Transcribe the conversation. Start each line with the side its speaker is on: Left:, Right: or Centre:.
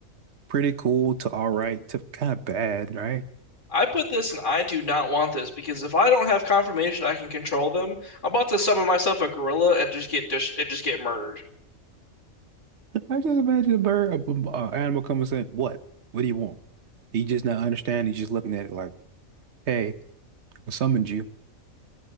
Right: pretty cool to all right to kind of bad, right?
Left: I put this and I do not want this because if I don't have confirmation I can control them, I'm about to summon myself a gorilla and just get just and just get murdered.
Right: I just imagine a bird, a uh animal coming saying, "What? What do you want?" He just not understanding. He's just looking at it like, "Hey, I summoned you.